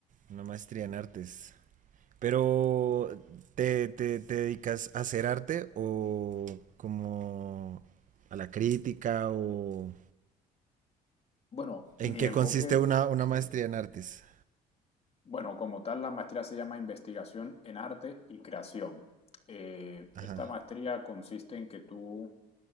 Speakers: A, on the right; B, on the left.
A: Una maestría en artes. Pero, ¿te, te, te dedicas a hacer arte o como a la crítica o,
B: Bueno,
A: ¿En
B: mi
A: qué
B: enfoque,
A: consiste una, una
B: sí.
A: maestría en artes?
B: Bueno, como tal, la maestría se llama Investigación en Arte y Creación. Eh,
A: Ajá,
B: esta maestría consiste en que tú